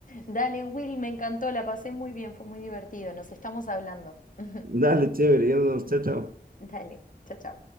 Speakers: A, on the left; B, on the right.
A: Dale, Will, me encantó, la pasé muy bien, fue muy divertido, nos estamos hablando. <laughs>
B: Dale, chévere, ya nos vemos, chao, chao.
A: Dale, chao, chao.